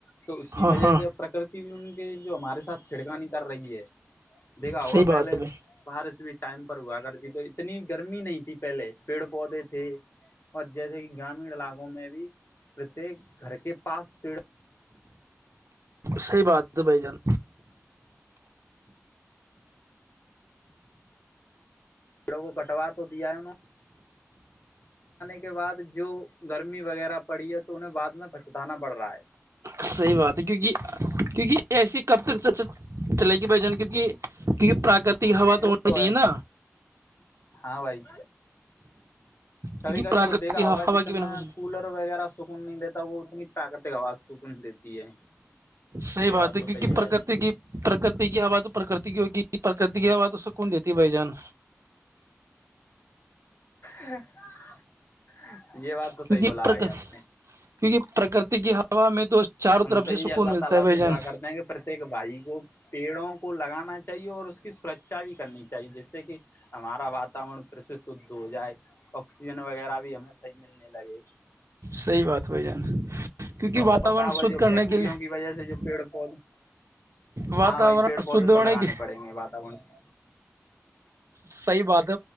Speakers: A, on the left; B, on the right.
A: تو اسی
B: ہاں
A: وجہ
B: ہاں
A: سے اب پرکرتی بھی ان کی جو ہمارے ساتھ چھڑکاانی کر رہی ہے دیکھا
B: صحیح
A: ہوا
B: بات
A: پہلے
B: ہے بھائی
A: باہر سے بھی ٹائم پر ہوا اگربھی تو اتنی گرمی نہیں تھی پہلے پیڑ پودے تھے اور جیسے کہ گرامین علاقوں میں بھی پرتیک گھر پانس پیڑا
B: صحی بات بائی جان
A: پیڑوں کو کٹوا تو دیا ہے انہوں نے کے بعد جو گرمی وغیرہ پڑی ہے تو انہیں بعد میں پچتانا پڑ رہا ہے
B: صحیح بات ہے کیونکہ کیونکہ ایسی کب تک چلے گی بھ جان کیونکہ کیونکہ پراک ہوا تو
A: وہ
B: ہونی چاہیے
A: ہے
B: نا
A: ہاں بھائی کبھی
B: کیونکہ
A: کبھی
B: پراکرتک
A: تو دیکھا ہوگا
B: ہوا
A: جتنا
B: کے بنا کچھ نہیں
A: کولر وغیرہ سکون نہیں دیتا وہ اتنی پراکرتک آواز سکون دیتی ہے
B: صحیح
A: یہ
B: بات ہے
A: تو صحیح
B: کیونکہ پرکرتی
A: بھائی
B: کی پرکرتی کی آواز تو پرکرتی کی ہو پرکرتی کی آواز تو سکون دیتی بھائی جان
A: ہوں یہ بات تو
B: کیونکہ
A: صحیح بولا
B: پرکرتی
A: بھائی آپ نے
B: کیونکہ پرکرتی کی ہوا میں تو چاروں
A: ہم
B: طرف
A: تو
B: سے
A: یہ
B: سکون
A: اللہ
B: ملتا
A: تعالی
B: ہے بھائی
A: سے
B: جان
A: دعا کرتے ہیں کہ پرتیک بھائی کو پیڑوں لگانا چاہیے اور اس کی سرکھا بھی کر کرنی چاہیے جس سے کہ ہمارا واورن پرس شھ ہو جائے آکسیجن وغیرہ بھی ہمیں صح ملنے لگے
B: صحیح بات بھائی جان کیونکہ
A: اور
B: واتورن
A: پتا ہوگا
B: شدھ
A: جو
B: کرنے
A: فیکٹریوں
B: کے لیے
A: کی وجہ سے جو پیڑ پودے
B: واتورن
A: ہاں بھائی پیڑ پودے
B: شھ ہونے
A: تو لگانے
B: کے
A: پڑیں گے واتاورن سے
B: صحی بات ط